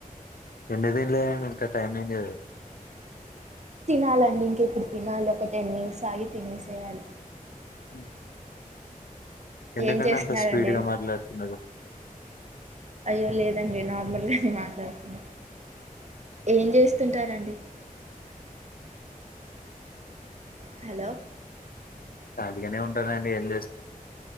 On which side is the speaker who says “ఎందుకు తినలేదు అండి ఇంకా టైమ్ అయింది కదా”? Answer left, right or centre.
Left